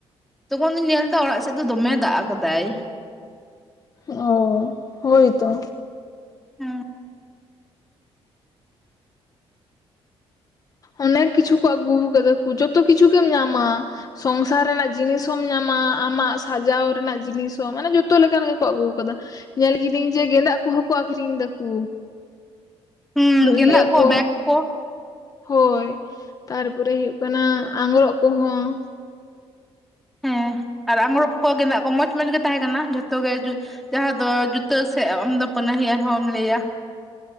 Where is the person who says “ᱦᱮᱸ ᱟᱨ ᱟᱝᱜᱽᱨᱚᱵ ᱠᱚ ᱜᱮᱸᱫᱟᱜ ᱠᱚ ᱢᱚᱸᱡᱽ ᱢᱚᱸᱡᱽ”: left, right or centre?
Centre